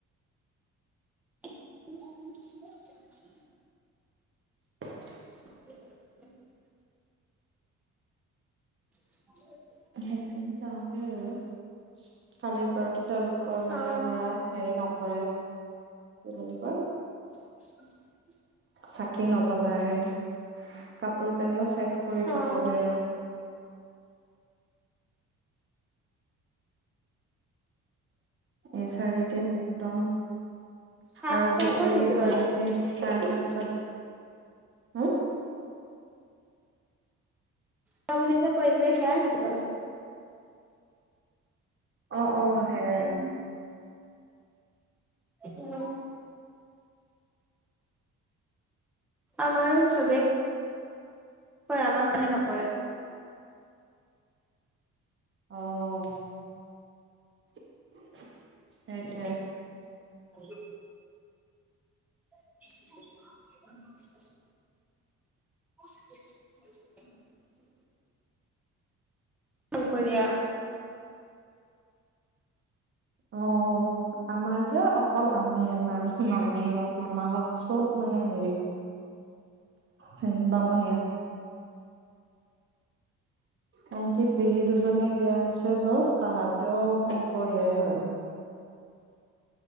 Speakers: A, in the centre; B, on the right.
A: <inaudible>
B: <inaudible>
A: <inaudible> হয়
B: চিয়ো <unintelligible> কালিৰ পৰাাৰতো তেওঁলোকৰ মানে
A: অ
B: ঘৰা হেৰি নকৰে কি বুলি কয়
A: <inaudible>
B: চাকি নজ্বলাই কাপোৰ কানিও চাই কৰি
A: অ
B: থ'বগে এই চ়াৰিদিন একদম
A: সাত
B: আৰু
A: টাইপৰ
B: যে এই
A: নেকি বাৰু
B: আমতে চাৰ হা হ
A: ত বুলি যে ক সেয়া নেকি বাৰু
B: অ' অ' সেয়াই।
A: উম <unintelligible> আমাৰো চবে হয়, আমাক বেয়া নকৰে।
B: অহ। <unintelligible> সেইটোৱে
A: উ <unintelligible> য় <unintelligible> <unintelligible> <inaudible> শংকৰীয়া
B: অ আমাৰ যে অকল আমি। মান মাহী হওক মামা হওক চব মানে হেৰি হ মনিয়া <inaudible> আনকি পেহী দুজনী বিয়া হৈছে য'ত পাহাত। তেওঁ শংকৰীয়াই হয়।